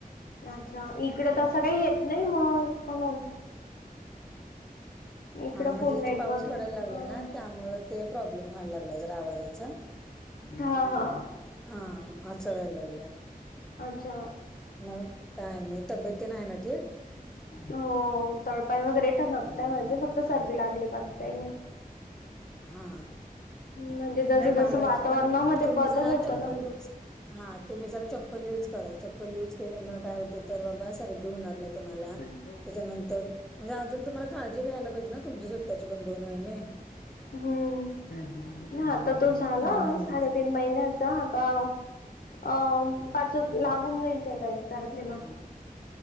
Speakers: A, on the left; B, in the centre.
A: अच्छा इकडे तसं काही येत नाही मग म्हणून. इकडं
B: हा मध्ये
A: फुल
B: इथं
A: नेटवर्क
B: पाऊस पडायला
A: आहे
B: लागलाय ना त्यामुळे ते प्रॉब्लेम व्हायला लागला जरा आवाजाचा.
A: हा हा
B: हा असा व्हायला लागलं
A: अच्छा
B: मग काय आणि नाही तब्येती नाही ना ठिक.
A: हो तळपाय वगैरे ठणकताय माझे फक्त सर्दी लागली बाकी काही नाही.
B: हा
A: म्हणजे जसं
B: नाही
A: जसं
B: बाळाची
A: वातावरणामध्ये
B: पण तुम्ही
A: बदल
B: जरा
A: होतो
B: चप्पल
A: ना
B: यूज हा तुम्ही जरा चप्पल यूज करा, चप्पल यूज केल्यामुळे काय होतं तर बाबा सर्दी होणार नाही. तुम्हांला
A: हम्म.
B: त्याच्यानंतर म्हणजे अजून तुम्हांला काळजी घ्यायला पाहिजे ना, तुमचे स्वतःचे पण दोन महिने
A: हं... नाह आता तो झाला
B: हम्म
A: साडेतीन महिन्याच त आता अं पाच लागून जाईल त्याला एक तारखेला,